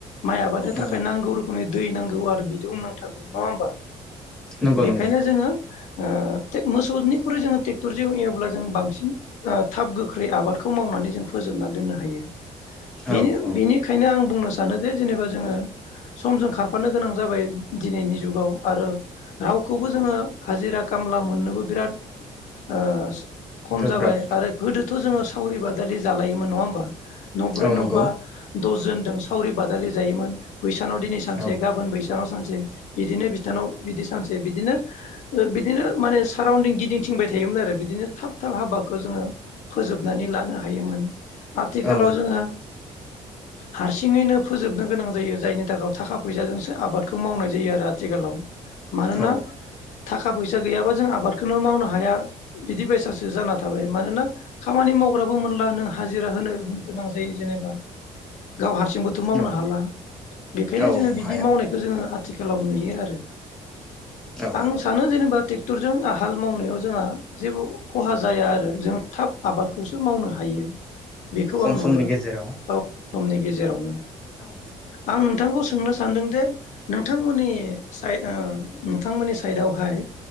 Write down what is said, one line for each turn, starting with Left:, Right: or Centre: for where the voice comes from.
Left: माइ आबादनि थाखाय
Centre: औ
Left: नांगौ रोखोमनि दै नांगौ आरो बिदुं नांथारगौ। नङा होमबा?
Centre: नंगौ
Left: बेखायनो
Centre: नंगौ
Left: जोङो ओ टेक मोसौनिख्रुइ जोङो ट्रेक्टरजों एवब्ला जों बांसिन ओ थाब गोख्रै आबादखौ मावनानै जों फोजोबना दोननो हायो। बेनि-बेनिखायनो
Centre: औ औ
Left: आं बुंनो सा सानोजे जेनेबा जोङो समजों खारफानो गोनां जाबाय। दिनैनि जुगाव आरो रावखौबो जोङो हाजिरा खामला मोननोबो बिराद ओ खम
Centre: गोब्राब
Left: जाबाय। गोदोथ जोङो सावरि बादालि जायोमोन नङा होमबा? नब्रै
Centre: औ
Left: नबा
Centre: नंगौ औ
Left: दसजनजों सावरि बादालि। जायोमोन। बैसानाव दिनै सानसे
Centre: औ
Left: गाबोन बैस बिसानाव सानसे, बिदिनो बिथानाव बिदि सानसे बिदिनो बिदिनो माने साराउन्दिं गिदिंथिंबाय थायोमोन आरो, बिदिनो थाब थाब हाबाखौ खौ जोङो फोजोबनानै लानो हायोमोन। आथिखालाव
Centre: औ
Left: जोङो हारसिङैनो फोजोबनो गोनां जायो जायनि थाखाय थाखा फैसाजोंसो आबादखौ मावनाय जायो आरो आथिखालाव। मानोना
Centre: औ
Left: थाखा फैसा गैयाबा जों आबाद बेखौनो मावनो हाया बिदि बायसासो जाना थ मानोना खामानि मावग्राबो मोनला नों हाजिरा होनो गोनां जायो जेनेबा। गाव हारसिंबोथ मावनो
Centre: औ
Left: हाला बेखायनो
Centre: औ
Left: जोङो बिदि
Centre: हाया
Left: मावनायखौ जोङो आ आथिखालाव नुयो आरो।
Centre: औ
Left: आं सानो जेनेबा थि ट्रेक्टर जों आ हाल मावनायाव जोंहा जेबो खहा जाया आरो जों थाब आबादखौसो मावनो हायो। बेखौ
Centre: खम
Left: आं नुहुरो
Centre: समनि गेजेराव
Left: ब समनि गेजेरावनो।
Centre: औ।
Left: आं नोंथांखौ सोंनो सानदों जे नोंथांमोननि साइ ओ नोंथांमोननि साइडआवहाय